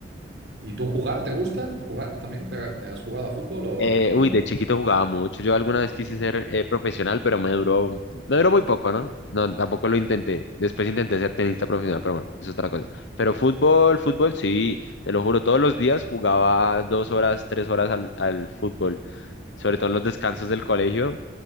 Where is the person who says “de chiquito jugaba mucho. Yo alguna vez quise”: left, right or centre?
Left